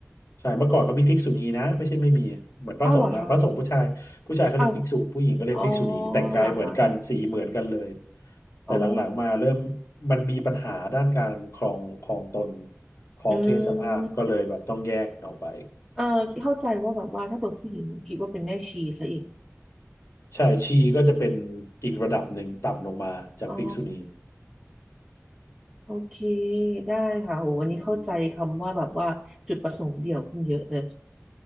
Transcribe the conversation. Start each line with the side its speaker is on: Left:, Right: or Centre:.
Left: ใช่เมื่อก่อนเขามีภิกษุณีนะไม่ใช่ไม่มี เหมือนพระสงฆ์อะพระสงฆ์ผู้ชายผู้ชายเขาเรียกภิกษุผู้หญิงก็เรียกภิกษุณีแต่งกายเหมือนกันสีเหมือนกันเลย
Centre: อ้าวเหรอคะอ้าวอ๋อเหรอคะ
Left: แต่หลังๆมาเริ่ม
Centre: อ๋อ
Left: มันมีปัญหาด้านการครองครองตนครองเพศสภาพก็เลยแบบต้องแยกออกไป
Centre: อืมเออเข้าใจว่าแบบว่าถ้าเปิดผู้หญิงคิดว่าเป็นแม่ชีซะอีก
Left: ใช่ ชีก็จะเป็นอีกระดับหนึ่งต่ำลงมาจากภิกษุณี
Centre: อ๋อโอเคได้ค่ะโหวันนี้เข้าใจคำว่าแบบว่าจุดประสงค์เดี่ยวขึ้นเยอะเลย
Left: อืม